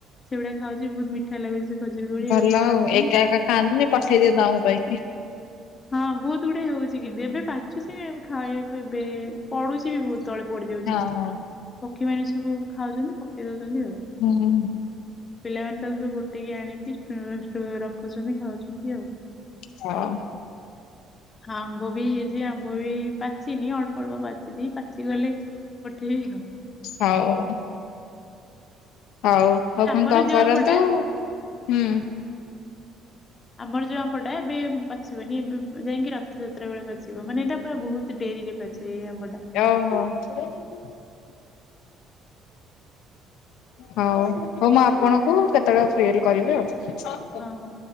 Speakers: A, on the left; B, on the left.
A: ସେଗୁଡା ଖାଉଛି ବହୁତ ମିଠା ମିଠା ଲାଗୁଛି ସେ ଖଜୁରୀ କୋଳି ଏବେ
B: ଭଲ
A: ଖରା
B: ଆଉ
A: ଦିନ
B: ଏକା
A: ତ।
B: ଏକା ଖାଆନ୍ତୁନି ପଠେଇ ଦିଅନ୍ତୁ ଆମ ପାଇଁ।
A: ହଁ ବହୁତ ଗୁଡେ ହଉଛି କିନ୍ତୁ ଏବେ ପାଚୁଛି ଖାଇବାକୁ ଏବେ ପଡୁଛି ବି ବହୁତ ତଳେ ପଡିଯାଉଛି,
B: ହଁ।
A: ପକ୍ଷୀମାନେ ସବୁ ଖାଉଛନ୍ତି ପକେଇଦଉଛନ୍ତି ଆଉ।
B: ହୁଁଁହୁଁ
A: ପିଲାମାନେ ତାକୁ ସବୁ ଗୋଟେଇକି ଆଣିକି ରଖୁଛନ୍ତି ଖାଉଛନ୍ତି ଆଉ।
B: ହଁ
A: <inaudible> ହଁ ଆମ୍ବ ବି ହେଇଛି ଆମ୍ବ ବି ପାଚିନି, ଅଳ୍ପ ଅଳ୍ପ ପାଚିଛି ପାଚିଗଲେ। ହଉ, ଠିକ ହଉ।
B: ହଉ ହଉ
A: ହୁଁ
B: ହଉ
A: ଏ ଆମର
B: କଣ କଣ
A: ଯୋଉ
B: କରନ୍ତୁ,
A: ଆମ୍ବଟା
B: ହୁଁ
A: ଆମର ଯୋଉ ଆମ୍ବଟା ଏବେ ପାଚିବନି ଏବେ ଯାଇକି ରଥଯାତ୍ରା ବେଳେ ପାଚିବ ମାନେ ଏଇଟା ପୁରା ବହୁତ ଡେରିରେ ପାଚେ ଏ ଆମ୍ବଟା।
B: ଅହ ହଉ ହଉ ମୁଁ ଆପଣଙ୍କୁ କେତେବେଳେ ଫ୍ରି ହେଲେ କରିବି ଆଉ।
A: ହଁ ହଁ